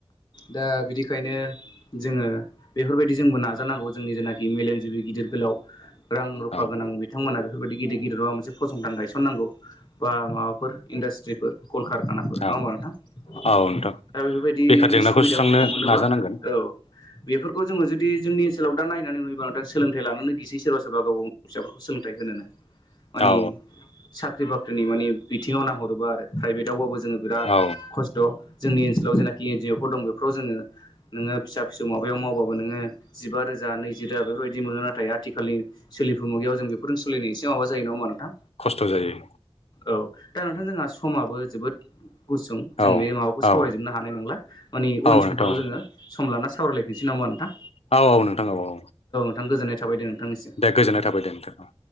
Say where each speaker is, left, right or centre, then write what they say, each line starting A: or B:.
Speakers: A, on the left; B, on the left.
A: दा बिदिखायनो जोङो बेफोरबायदि जोंबो नाजानांगौ जोंनि जेनाखि मेलेमजिबि गिदिर गोलाव रां रु फा
B: औ
A: गोनां बिथांमोना बेफोरबायदि गिदिर गिदिर माबा मोनसे फसंथान गायसननांगौ बा माबाफोर इन्डास्ट्री कलकारखाफोर
B: औ
A: नङा होमबा नोंथां दा
B: औ नोंथां
A: बेफोरबायदि
B: बेखार
A: जुदि
B: जेंनाखौ
A: सुबिदाफोरखौ
B: सुस्रांनो
A: मोनोबा
B: नाजानांगोन
A: औ बेफोरखौ जोङो जुदि जदि जोंनि ओनसोलाव दा नायनानै नुयोबा नोंथां सोलोंथाय लानोनो गिसै सोरबा सोरबा गाव गावनि फिसाफोरखौ सोलोंथाइ होनोनो माने
B: औ
A: साख्रि बाख्रिनि माने बिथिङाव नाहरोबा आरो प्राइभेटआवबाबो जों जोङो बिराद
B: औ
A: खस्थ' जोंनि ओनसोलाव जेनाखि एन जि अ फोर दं बेफोराव जोङो नोङो फिसा फिसौ माबायाव मावबाबो नोङो जिबा रोजा नैजि रा बेफोरबायदि मोनो नाथाय आथिखालनि सोलिफु मुगायाव जों बेफोरजों सलिनो एसे माबा जायो नङा नोंथां
B: खस्थ' जायो
A: औ दा नोंथां जोंहा समाबो जोबोद गुसुं जों
B: औ
A: बे माबाखौ सावरायजोबनो
B: औ
A: हानाय नंला माने
B: औ
A: उन
B: नोंथां
A: समफोराव जोङो सम लाना सावराय नसे नामा नोंथां
B: औ औ नोंथां औ
A: नोंथां गोजोननाय थाबायदे नोंथांनिसिम
B: दे गोजोननाय थाबाय दे नोंथां औ